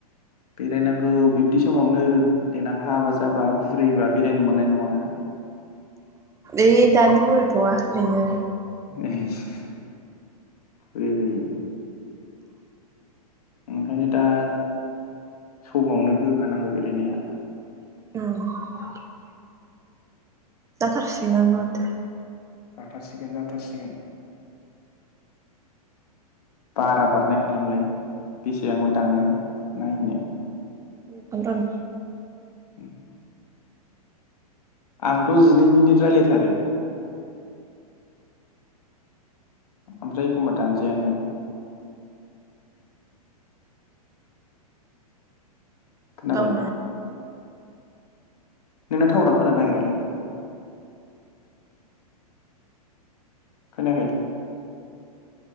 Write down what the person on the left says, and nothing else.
बेरायनांगौ बिब्दि समावनो देनां हाबा जाबा बुरिबा बेरायनो मोननाय नङा।
<unintelligible> फुरि जायो ओंखायनो दा समावनो होखानांगौ बेरायनाया
जाथारसिगोन जाथारसिगोन। बारा बारनाय खालामलाय बेसे रांव दानो नायनो
उ <unintelligible> आंथ' जिनै मिनिट रायज्लायथारो ओमफ्राय एखम्बा दानजायानो खोनाबाय।
नोंना थावारा खोनानो नागिरालै खोनायाखै